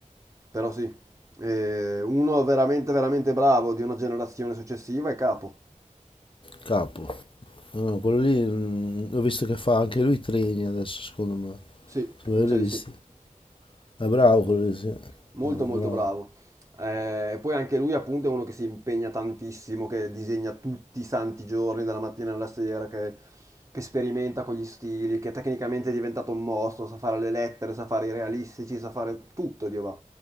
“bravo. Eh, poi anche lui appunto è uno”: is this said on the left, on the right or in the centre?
Right